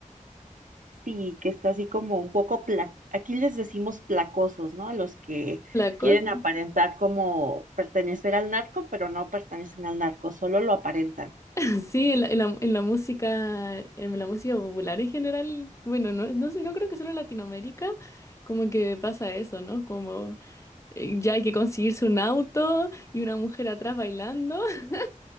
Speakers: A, on the right; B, on the left.
A: sí, que está así como un poco, pla- aquí les decimos placosos, ¿no? A los que
B: La cosa,
A: quieren aparentar como pertenecer al narco, pero no pertenecen al narco, solo lo aparentan.
B: <laughs> sí, en la, en la- en la música, en la música popular en general, bueno, no, no sé, no creo que solo en Latinoamérica, como que pasa eso, ¿no? Como eh, ya hay que conseguirse un auto y una mujer atrás bailando <laughs>